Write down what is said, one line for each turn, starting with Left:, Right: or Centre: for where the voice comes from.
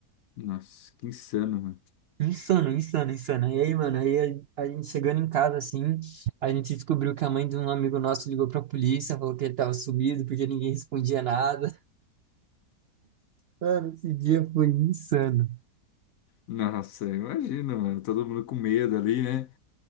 Left: Nossa, que insano, mano.
Right: Insano, insano, insano. E aí, mano, aí a, a gente chegando em casa, assim, a gente descobriu que a mãe de um amigo nosso ligou pra polícia, falou que ele tava sumido, porque ninguém respondia nada. <laughs> Mano, esse dia foi insano.
Left: Nossa, imagina, mano. Todo mundo com medo ali, né?